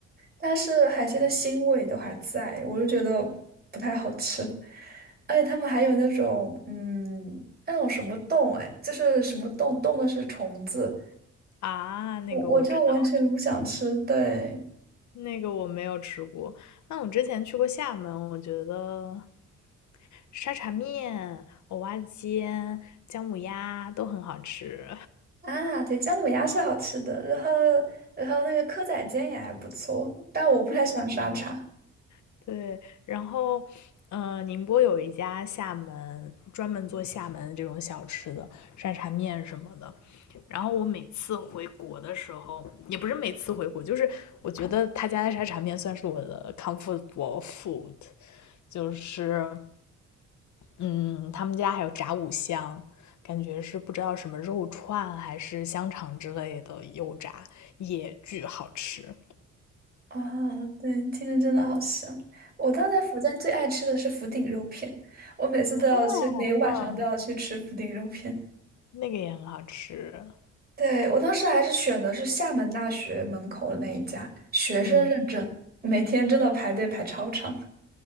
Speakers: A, on the right (about 30°); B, on the left (about 70°).
A: 但是海鲜的腥味都还在，我就觉得不太好吃。而且他们还有那种，嗯，那种什么冻，哎，就是什么冻，冻的是虫子，
B: 啊，那个我知道，
A: 我我就完全不想吃，对。
B: 那个我没有吃过。那我之前去过厦门，我觉得沙茶面、蚵仔煎、姜母鸭都很好吃。
A: 啊，对，姜母鸭是好吃的，然后然后那个蚵仔煎也还不错，但我不太喜欢沙茶。
B: <laughs> 对，然后，嗯，宁波有一家厦门专门做厦门这种小吃的沙茶面什么的。然后我每次回国的时候，也不是每次回国，就是我觉得他家的沙茶面算是我的 comfortable food，就是嗯，他们家还有炸五香，感觉是不知道什么肉串还是香肠之类的油炸，也巨好吃。
A: 啊，对，听着真的好香。我当时在福建最爱吃的是福鼎肉片，我每次都要去，
B: 哦嗯，
A: 每晚上都要去吃福鼎肉片。
B: 那个也很好吃。
A: 对，我当时还是选的是厦门大学门口的那一家，学生认证，
B: 嗯。
A: 每天真的排队排超长。